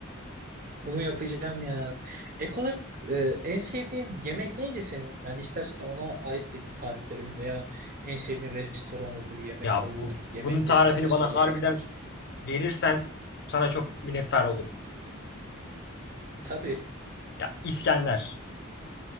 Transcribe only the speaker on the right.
Bunu yapacağım ya. Ek olarak e, en sevdiğin yemek neydi senin? Yani istersen ona ait de bir tarif verelim veya en sevdiğin restoran olur, yemek
olur,
yemeklerin
ülkesi
olabilir.
Tabii